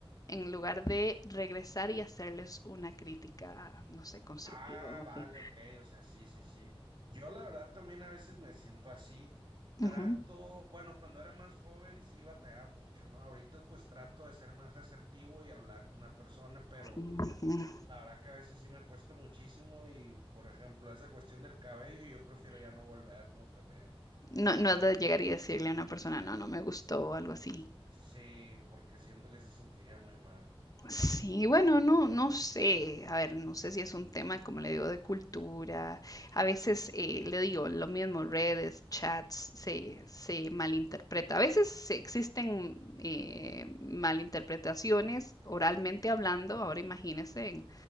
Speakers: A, on the left; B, on the right.
A: en lugar de regresar y hacerles una crítica, no sé, constructiva
B: Ah,
A: o algo
B: vale,
A: así.
B: ok, o sea, sí, sí, sí. Yo la verdad también a veces me siento así. Trato,
A: Ujú.
B: bueno, cuando era más joven sí batallaba mucho, ¿no? Ahorita pues trato de ser más asertivo y hablar con una persona, pero
A: Ujú.
B: la verdad que a veces sí me cuesta muchísimo y, por ejemplo, esa cuestión del cabello, yo prefiero ya no volver, ¿no? También.
A: No, no es de llegar y decirle a una persona, no, no me gustó o algo así.
B: Sí, porque siento que se sentiría muy mal.
A: Sí, bueno, no, no sé, a ver, no sé si es un tema, como le digo, de cultura. A veces eh, le digo lo mismo, redes, chats, se, se malinterpreta. A veces se- existen eh, malinterpretaciones oralmente hablando. Ahora imagínese en-